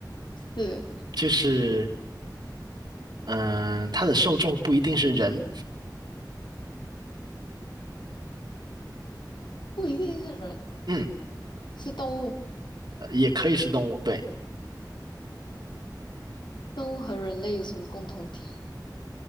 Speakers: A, on the left (about 90°); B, on the right (about 70°).
A: <clears throat> 是，
B: 就是，嗯、它的受众不一定是人，
A: 不一定是人，
B: 嗯，
A: 是动物。
B: 呃也可以是动物，对，
A: 动物和人类有什么共同点？